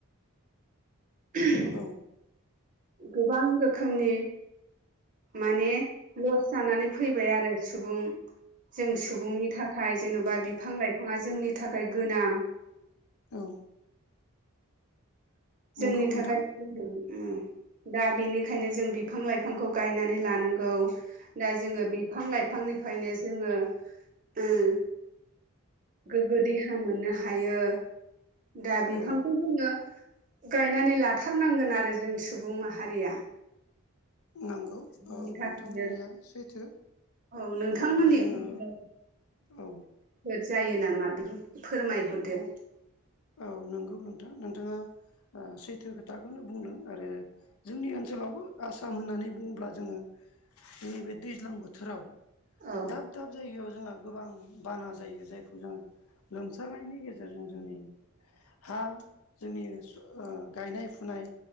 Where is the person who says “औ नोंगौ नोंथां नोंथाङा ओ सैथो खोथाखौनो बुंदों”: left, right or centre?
Left